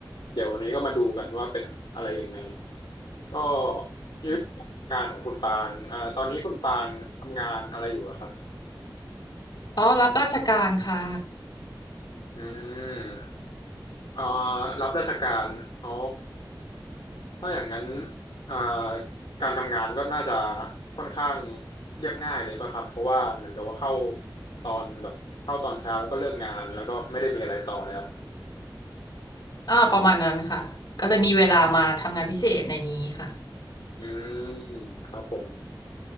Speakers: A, on the left; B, on the left.
A: เดี๋ยววันนี้ก็มาดูกันว่าเป็นอะไรยังไงก็ชีวิตการทำงานของคุณปรางอ่าตอนนี้คุณปรางทำงานอะไรอยู่เหรอครับ
B: อ๋อรับราชการค่ะ
A: อืมอ่ารับราชการอ๋อ ถ้าอย่างนั้นอ่าการทำงานก็น่าจะค่อนข้างเรียบง่ายเลยป่ะครับเพราะว่าเหมือนกับว่าเข้าตอนแบบเข้าตอนเช้าแล้วก็เลิกงานแล้วก็ไม่ได้มีอะไรต่อแล้ว
B: อ่าประมาณนั้นค่ะ ก็เลยมีเวลามาทำงานพิเศษในนี้ค่ะ
A: อืมครับผม